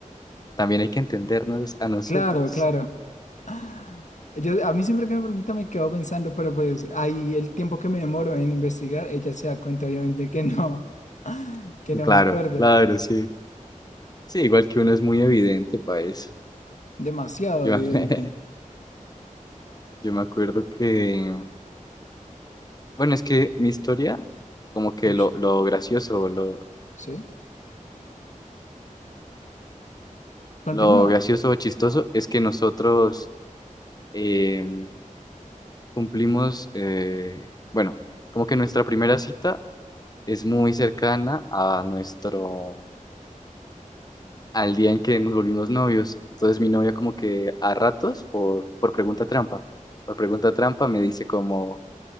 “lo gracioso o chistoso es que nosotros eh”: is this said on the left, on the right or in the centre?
Left